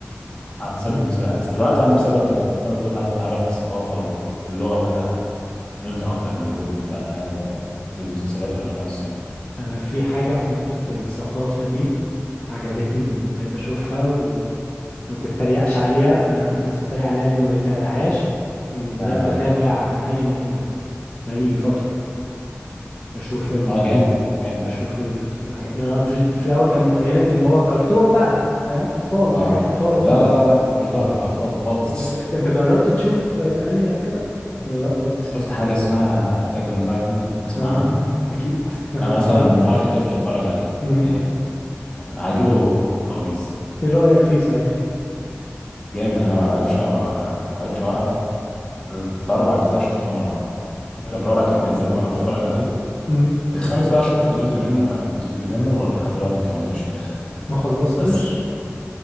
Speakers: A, on the left (about 20°); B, on the left (about 35°).
A: ع- سدد
B: مم.
A: نفسي بقى بس دلوقتي يعني بسبب ال... زي ما قلت عايز اتعرف على الثقافه واللغه وكده ملت اكتر للجزء- للافلام ال- للمسلسلات والافلام الصيني
B: انا في حاجة في نقطة الثقافة دي عجبتني وبقيت اشوفها وما تتريقش عليها انا عارف ان في ناس بتتريق عليها اللي ما بتتابعهاش اني بدأت
A: ما عيب عليك
B: اتابع انمي او كده بقالي فترة بشوف ال...
A: اه جامد جامد
B: بشوف ال... الحاجات انا في, ال... في الاول كان مخيلتي ان هو كرتون بقى فاهم اطفال
A: اه
B: حاجات اطفال وخلاص
A: لا لا لا لا مش دعوه بالاطفال خالص
B: لقيت- انت جربت تشوف آه، انمي او كده ولا لا
A: <laughs>
B: خالص
A: شفت حاجه اسمها اتاك اون تايتن تسمع
B: اه
A: عنها
B: اكيد <laughs> انا
A: ده مثلا
B: اتفرج
A: ما ينفعش طفل يتفرج عليه
B: مم.
A: نهائي ما ينفع هيجيله كوابيس
B: ايه رايك فيه صحيح
A: جامد انا ما عرفش يعني ما عرفش اوقف الاربع اجزاء شفتهم ورا بعض حتى
B: هو
A: الرابع كان نازل وانا بتفرج عليه
B: مم.
A: الخامس بقى شفت جزء منه يعني جزء كبير منه لحد دلوقتي ما كملتوش الاخر
B: ما خلصتش
A: بس